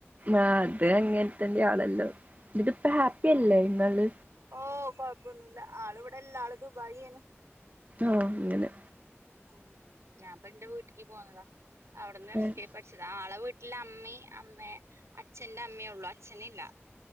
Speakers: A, on the right; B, on the right.
A: ആഹ് അത് അങ്ങൻത്തന്നെ ആണല്ലോ. ന്ന്ട്ട് പ്പ ഹാപ്പി അല്ലേ ഇങ്ങള്?
B: ഓഹ് കൊഴപ്പൊന്നുല്ല ആള് വിടെല്ല ആള് ദുബായാണ്.
A: ആഹ് അങ്ങനെ.
B: ഉം ഞാൻപ്പ ന്റെ വീട്ട്ക്ക് പോന്നതാ. അവിട്ന്ന് എസ്കേ
A: ഏഹ്
B: പഠിച്ചതാ. ആളെ വീട്ടില് അമ്മി അമ്മേ അച്ഛന്റെ അമ്മേ ഉള്ളു അച്ഛനില്ല.